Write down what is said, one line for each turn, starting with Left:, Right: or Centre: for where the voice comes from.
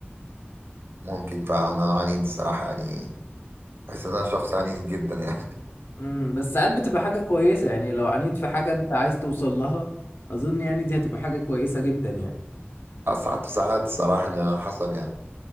Right: ممكن فعلا انا عنيد الصراحه يعني بحس ان انا شخص عنيد جدا يعني
Left: امم بس ساعات بتبقى حاجة كويسة يعني لو عانيت في حاجة انت عايز توصل لها اظن يعني دي هتبقى حاجة كويسة جدا يعني
Right: <laughs> ساعات ساعات الصراحه يعني على حسب يعني